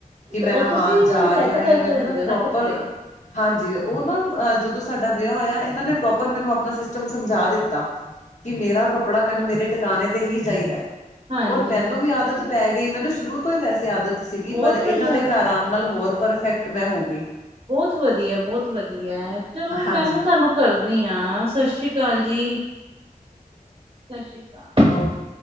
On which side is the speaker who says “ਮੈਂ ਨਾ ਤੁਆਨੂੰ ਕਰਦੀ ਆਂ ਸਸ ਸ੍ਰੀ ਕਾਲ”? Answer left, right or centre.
Right